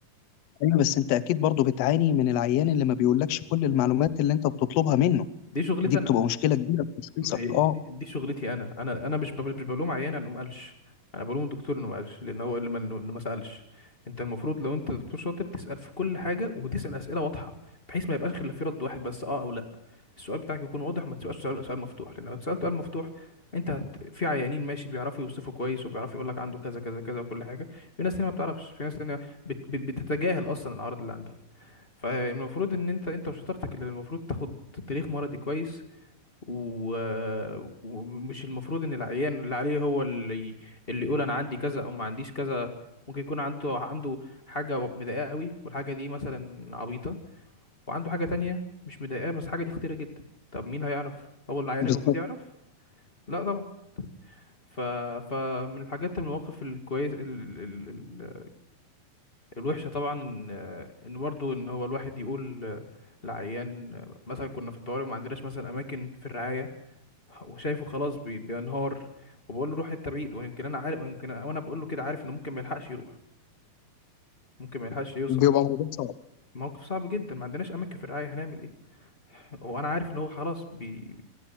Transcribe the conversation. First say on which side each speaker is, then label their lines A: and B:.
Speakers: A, on the left; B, on the left.
A: ايوه بس انت اكيد برضو بتعاني من العيان اللي ما بيقولكش كل المعلومات اللي انت بتطلبها منه
B: دي شغلتي
A: دي بتبقى
B: انا
A: مشكلة كبيرة في تشخيصك
B: ما هي
A: اه
B: دي دي شغلتي انا انا انا مش بب- مش بلوم عيان انه ما قالش انا بلوم الدكتور انه ما قالش لان هو اللي ما اللي ما سالش انت المفروض لو انت دكتور شاطر تسال في كل حاجه وتسال اسئله واضحه بحيث ما يبقاش غير في رد واحد بس اه او لا السؤال بتاعك يكون واضح وما تبقاش سؤال سؤال مفتوح لان لو سالت سؤال مفتوح انت هت... في عيانين ماشي بيعرفوا يوصفوا كويس وبيعرفوا يقول لك عنده كذا كذا كذا وكل حاجه في ناس تانية ما بتعرفش في ناس تانية بت... بت... بتتجاهل اصلا الاعراض اللي عندها فالمفروض ان انت انت وشطارتك اللي المفروض تاخد تاريخ مرضي كويس و... ومش المفروض ان العيان اللي عليه هو اللي اللي يقول انا عندي كذا او ما عنديش كذا ممكن يكون عنده عنده حاجة مضايقاه قوي والحاجة دي مثلا عبيطة وعنده حاجة تانية مش مضايقاه بس الحاجة دي خطيرة جدا طب مين هيعرف هو العيان
A: بالظبط
B: المفروض يعرف لا طبعا ف... فمن الحاجات المواقف الكويس ال... ال... ال... الوحشة طبعا ان ان برضه ان هو الواحد يقول لعيان مثلا كنا في الطوارئ وما عندناش مثلا اماكن في الرعاية وشايفه خلاص بي- بينهار وبقول له روح حته بعيد ويمكن انا عارف ويمكن أنا- وانا بقول له كده عارف انه ممكن ما يلحقش يروح ممكن ما يلحقش يوصل
A: بيبقى موضوع صعب
B: موقف صعب جدا ما عندناش اماكن في الرعايه هنعمل ايه <laughs> وانا عارف ان هو خلاص بي